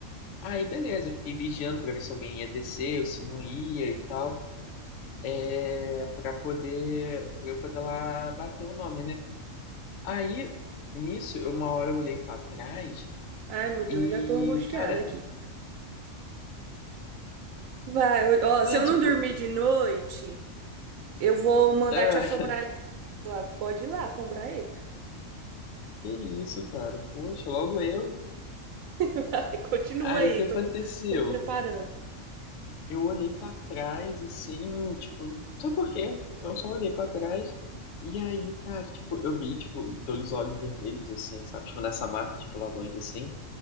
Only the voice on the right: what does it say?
Ai, meu Deus,
já tô angustiada
aqui. Vai, ó,
se eu
não dormir de noite, eu vou mandar
te assombrar ele também. Falar, pode ir lá assombrar ele.
<laughs> Ai, Continua
aí,
tô, tô me preparando.